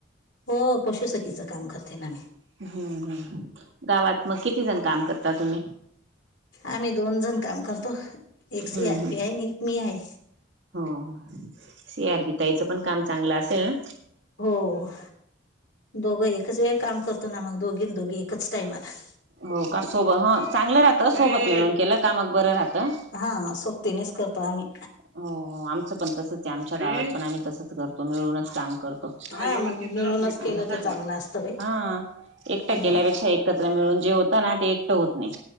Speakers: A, on the left; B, on the right.
A: हो. पशुसखीचं काम करते ना मी.
B: हम्म हम्म. गावात मग किती जण काम करता तुम्ही?
A: आम्ही दोन जण काम करतो. एक C
B: hmm
A: R
B: hmm.
A: P आहे आणि एक मी आहे
B: हो हो. सी आर पि ताईचं पण काम चांगलं असेल ना?
A: हो. दोघं एकच वेळ काम करतो ना मग. दोघ दोघी एकच टाईमला.
B: हो का. सोब चांगलं राहतं सोबत मिळून केलं का मग बरं राहतं.
A: हा सोबतीनेच करतो आम्ही.
B: हो हो. आमचं पण तसच आहे. आमच्या गावात पण आम्ही तसच कर तो मिळूनच काम करतो.
A: हा
B: जरा व्यवस्थित
A: मग मिळूनच
B: जरा सोई सोयीनं
A: केलं
B: सांग
A: तर चांगलं
B: ना र.
A: असतं बाई
B: हा एकटं
A: हं
B: केल्यापेक्षा एकत्र मिळून जे होत ना ते एकटं होत नाही.